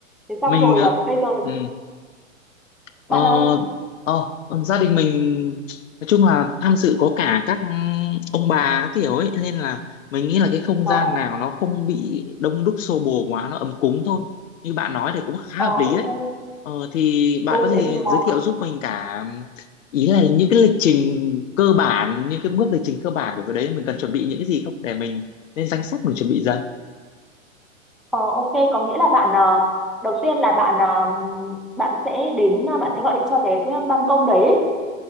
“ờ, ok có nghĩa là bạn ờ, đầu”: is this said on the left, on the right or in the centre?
Centre